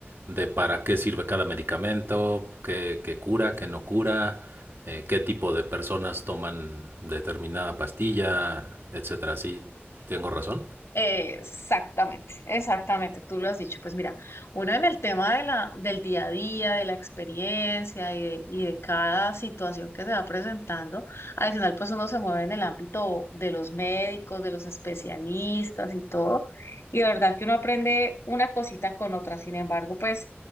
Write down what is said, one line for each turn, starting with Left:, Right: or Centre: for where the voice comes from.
Right: de para qué sirve cada medicamento, qué, qué cura, qué no cura, eh, qué tipo de personas toman determinada pastilla, etcétera. Sí, tengo razón.
Left: Eh, Exactamente, exactamente, tú lo has dicho. Pues mira, uno en el tema de la, del día a día, de la experiencia y de, y de cada situación que se va presentando, adicional pues uno se mueve en el ámbito de los médicos, de los especialistas y todo, y de verdad que uno aprende una cosita con otra. Sin embargo, pues